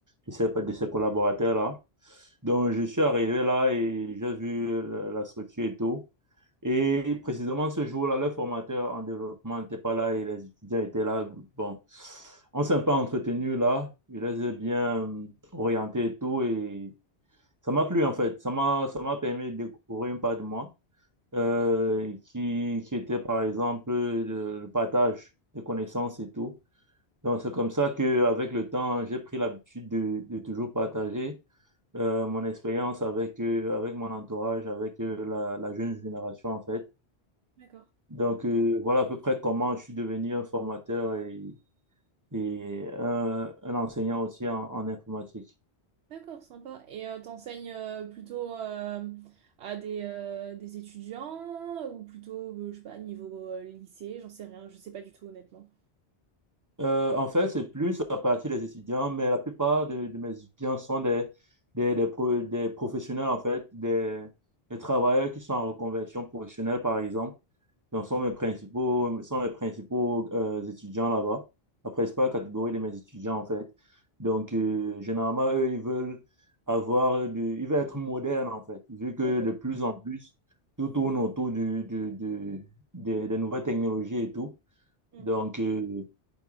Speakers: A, on the right (about 20°); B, on the right (about 80°).
A: je sais pas, de ses collaborateurs là. Donc, je suis arrivé là et j'ai vu la, la structure et tout. Et précisément ce jour-là, le formateur en développement n'était pas là et les étudiants étaient là. Bon, on s'est un peu entretenu là. Je les ai bien euh, orientés et tout. Et ça m'a plu en fait. Ça m'a, ça m'a permis de découvrir une part de moi euh, qui, qui était par exemple le, le partage de connaissances et tout. Donc c'est comme ça que avec le temps, j'ai pris l'habitude de, de toujours partager euh, mon expérience avec euh, avec mon entourage, avec euh, la, la jeune génération en fait.
B: D'accord,
A: Donc euh, voilà à peu près comment je suis devenu un formateur et, et un, un enseignant aussi en en informatique.
B: d'accord, sympa. Et euh, t'enseignes euh, plutôt euh, à des, euh, des étudiants ou plutôt, euh, je sais pas, niveau euh, lycée, j'en sais rien, je sais pas du tout honnêtement.
A: Euh, en fait, c'est plus à partir des étudiants, mais la plupart de, de mes étudiants sont des, des, des, pro- des professionnels, en fait, des, des travailleurs qui sont en reconversion professionnelle, par exemple. Donc, sont mes principaux, sont mes principaux euh, étudiants là-bas, la principale catégorie de mes étudiants, en fait. Donc, euh, généralement, eux, ils veulent avoir, du, ils veulent être modernes, en fait, vu que
B: <laughs>
A: de plus en plus, tout tourne autour du, du, du- des, des nouvelles technologies et tout.
B: Hmm.
A: Donc, euh,